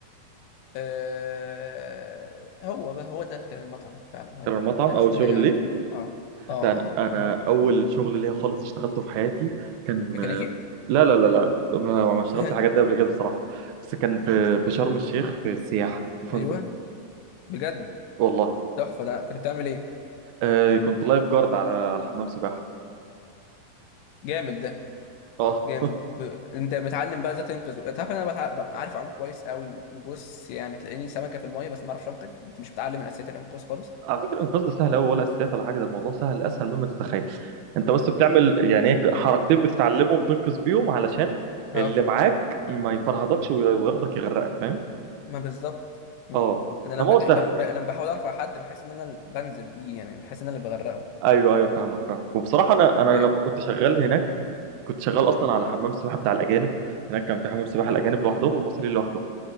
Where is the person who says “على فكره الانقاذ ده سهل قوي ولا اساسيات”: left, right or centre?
Right